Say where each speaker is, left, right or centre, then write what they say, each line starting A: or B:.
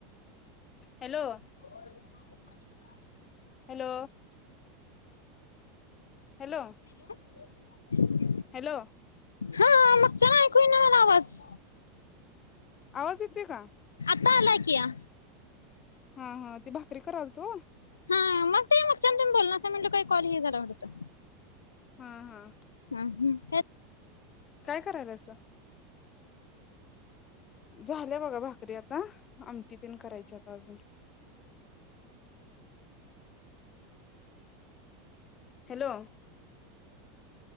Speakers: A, on the left; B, on the left.
A: हॅलो
B: <inaudible>
A: हॅलो हॅलो
B: रिकामा ऑडिओ
A: हॅलो
B: हा मगच्यान ऐकू येई ना मला आवाज़
A: आवाज येतेय का?
B: तालायकिया
A: हा हा ते भाकरी करालतो
B: हं मग ते मग च्यान तुम्ही बोलनासा म्हनलं काय कॉल हे झाला वाटतं
A: हा हा
B: रिकामा ऑडिओ
A: काय करायलासा झालं बघा भाकरी आता आमटी पण करायचीयत अजून हेलो